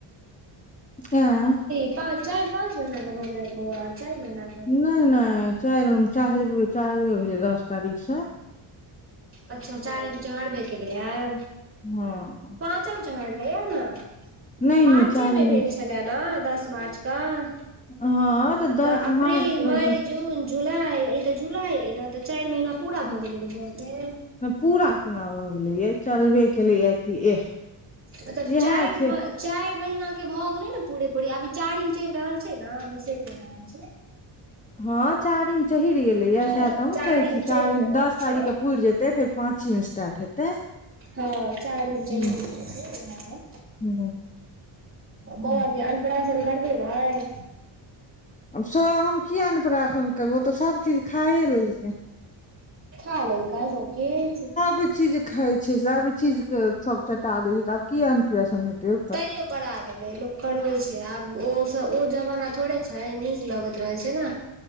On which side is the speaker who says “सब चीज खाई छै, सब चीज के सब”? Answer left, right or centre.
Left